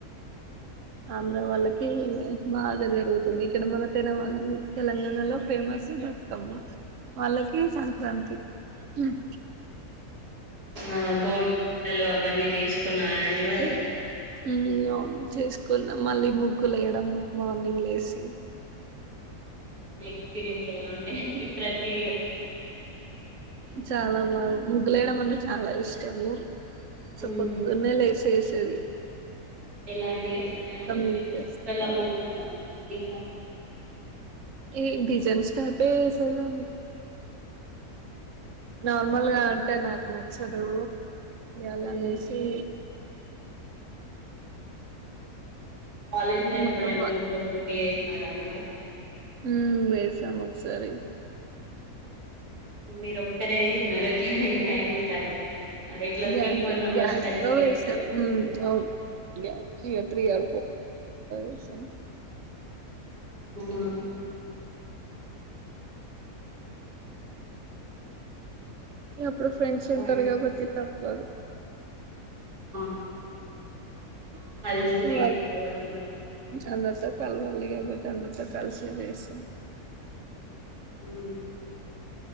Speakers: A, on the right (about 60°); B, on the right (about 75°).
A: ఆంధ్ర వాళ్ళకీ బాగా జరుగుతుంది ఇక్కడ మన తెలవ తెలంగాణలో ఫేమస్సు బతుకమ్మ వాళ్ళకి సంక్రాంతి ఉమ్
B: ఆ భోగి మంటలు అవన్నీ జేసుకున్నారా అండి మరి
A: ఉమ్ అవును చేసుకున్నాం మళ్ళీ ముగ్గులేయడము మార్నింగ్ లేసి
B: ఎక్స్పీరియన్స్ ఎలా ఉండే ప్రతి
A: చాలా బాగా ముగ్గులేయడమంటే చాలా ఇష్టము స
B: ఉమ్
A: పోద్దున్నే లేసేసి టది
B: ఎలాంటి వేస్తున్నాయండి మరి
A: నింపేసి
B: చుక్కల ముగ్గులు వేసార
A: ఏ డిజన్స్ స్టాపే వేసేదాన్ని నార్మల్ గా అంటే నాకు నచ్చదు అలా
B: ఉమ్
A: లేసి
B: కాలేజ్ లో ఎప్పుడైనా
A: మొత్తం
B: ముగ్గుల పోటీ వేస్ నారాయండి మరి
A: ఉమ్ వేసాం ఒకసారి
B: మీరొక్కరే ఏసినారా గ్యాంగ్ గ్యాంగ్ కలిసి చేసినారా ఇట్లా
A: gang
B: three four members
A: gangs
B: కలిసి
A: లో
B: చేస్తారు
A: వేస్తాం
B: కదా
A: <unintelligible> త్రియ <inaudible>
B: <inaudible>
A: ఎప్ ప్పుడు ఫ్రెండ్స్
B: ఇంకా
A: ఉంటారు
B: అండి
A: కాబట్టి త పోదు
B: అవునండి
A: <unintelligible>
B: కలిసి
A: మ్
B: వేసుకోవాలి మనం
A: అందరితో కలవాలి <inaudible> తర్వాత కలిసి చేస్తాం
B: హ్మ్